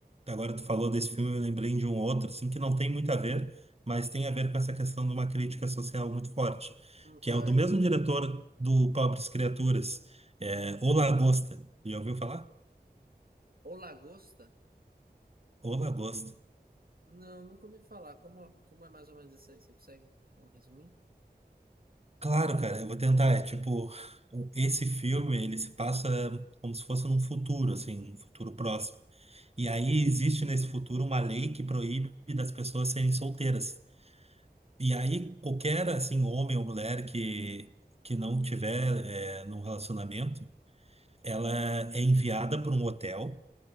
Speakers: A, on the right; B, on the right.
A: Agora tu falou desse filme, eu lembrei de um outro, assim, que não tem muito a ver, mas tem a ver com essa questão de uma crítica social muito forte,
B: Hum,
A: que
B: qual
A: é o do
B: é?
A: mesmo diretor do Pobres Criaturas, é, O Lagosta. Já ouviu falar?
B: O Lagosta?
A: O Lagosta.
B: Não, nunca ouvi falar. Como, como é mais ou menos isso aí? Você consegue dar um resuminho?
A: Claro, cara, eu vou tentar. É tipo, o- esse filme, ele se passa como se fosse num futuro, assim, um futuro próximo. E aí existe nesse futuro uma lei que proíbe das pessoas serem solteiras. E aí, qualquer assim, homem ou mulher que, que não tiver é, num relacionamento, ela é enviada para um hotel,